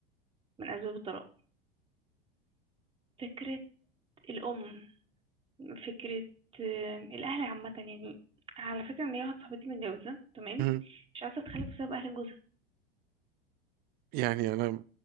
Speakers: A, on the right; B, on the right.
A: من اسباب الطلاق فكرة الام فكرة آه، الاهل عامة يعني على فكرة ان هي واحدة صاحبتي متجوزة تمام
B: مهم.
A: مش عايزة تتخلف بسبب اهل جوزها
B: يعني انا